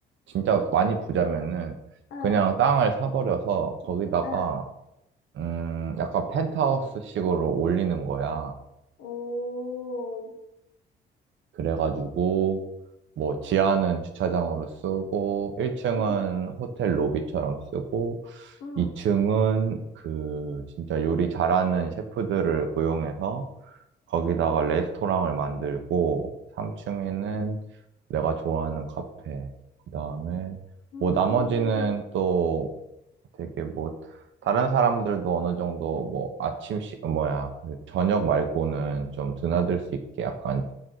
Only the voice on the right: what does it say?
진짜 많이 부자면은
그냥 땅을 사버려서 거기다가,
음, 약간 펜트하우스식으로 올리는 거야.
그래가지고, 뭐, 지하는 주차장으로 쓰고, 1층은
호텔 로비처럼 쓰고,
2층은 그 진짜 요리 잘하는 셰프들을 고용해서 거기다가 레스토랑을 만들고 3층에는 내가 좋아하는 카페. 그다음에
뭐 나머지는 또 되게 뭐 다른 사람들도 어느 정도 뭐 아침 시 뭐야 그 저녁 말고는 좀 드나들 수 있게 약간